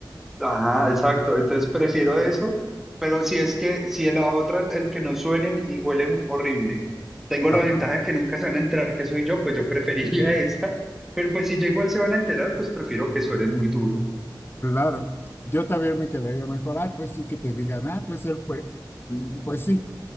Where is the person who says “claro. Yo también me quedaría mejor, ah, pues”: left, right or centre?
Left